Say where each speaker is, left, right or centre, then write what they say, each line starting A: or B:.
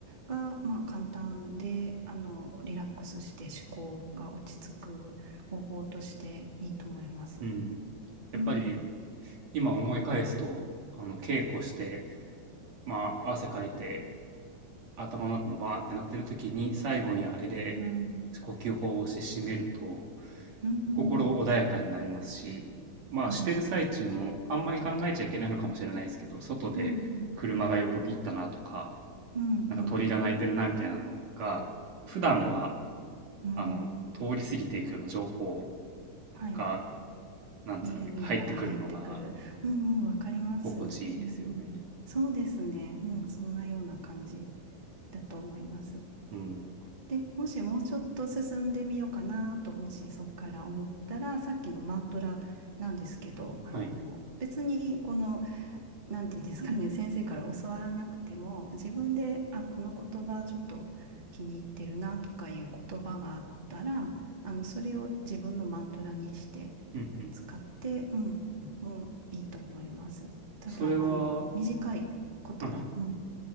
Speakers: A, on the right; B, on the right.
A: が、まあ、簡単で、あの、リラックスして思考が落ち着く方法としていいと思います。
B: うん。うん。やっぱり
A: うん、
B: 今思い返すと、あの稽古して、まあ汗かいて頭の中もバーってなってる時に最後にあれで
A: うん、
B: 呼吸法をして締めると
A: うん、うん。
B: 心穏やかになりますし、まあしてる最中もあんまり考えちゃいけないのかもしれないですけど、
A: ああ、
B: 外で車が横切ったなとか、
A: うんうん、うんうん、
B: なんか鳥が鳴いてるなみたいなのが、普段は、
A: うん。
B: あの、通り過ぎていくような情報
A: はい。
B: が、なんですかね、
A: 耳から入ってくる。
B: 入ってくるのが
A: うんうん、わかります。
B: 心地いいですよね。
A: うんうん。そうですね。うん、そんなような感じだと思います。
B: うん。
A: で、もしもうちょっと進んでみようかなと、もしそこから思ったら、さっきのマントラなんですけど、あの、
B: はい。
A: 別にこのなんていうんですかね、先生から教わらなくても、自分で、あ、この言葉ちょっと気に入ってるなとかいう言葉があったら、あの、それを自分のマントラにして
B: うんうん。
A: 使って、うん、もういいと思います。ただ、
B: それは、
A: あの、
B: は
A: 短い言葉、
B: い。
A: うん、